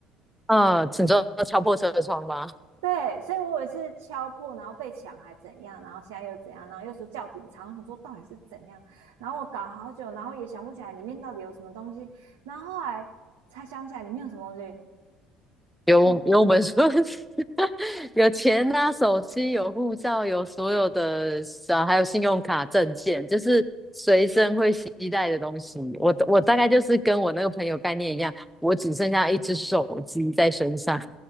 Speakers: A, in the centre; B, on the right.
A: 嗯，请坐敲破车窗吧。
B: 对，所以我以为是敲破，然后被抢还怎样，然后现在又怎样，然后又说叫警察，我想说到底是怎样，然后我搞好久，然后也想不起来里面到底有什么东西，然后后来才想起来里面有什么东西，
A: 有有我们说
B: 不
A: <laughs> 有钱啊，手机有护照，有所有的啊，还有信用卡、证件，就是随身会携带的东西。我我大概就是跟我那个朋友概念一样，我只剩下一只手机在身上，